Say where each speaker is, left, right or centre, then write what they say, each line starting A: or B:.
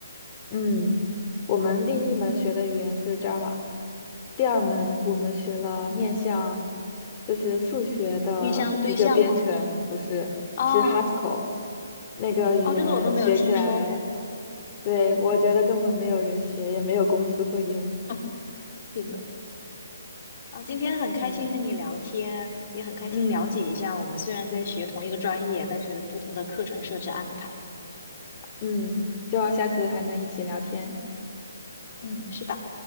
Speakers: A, on the left (about 30°); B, on the left (about 45°).
A: 嗯，我们第一门学的语言是 Java，第二门我们学了面向就是数学的一个编程，
B: 面向对象吗？还是什么？
A: 不是，
B: 哦
A: 是 Haskell 那个语言学起来，
B: 哦，这个我都没有听说过。
A: 对，我觉得根本没有人学，也没有公司会用。
B: <laughs> 是的，啊，今天很开心和你聊天，
A: 嗯
B: 也很开心了解一下我们虽然在学同一个专业，
A: 嗯
B: 但是不同的课程设置安排。
A: 嗯，希望下次还能一起聊天。
B: 嗯，是的。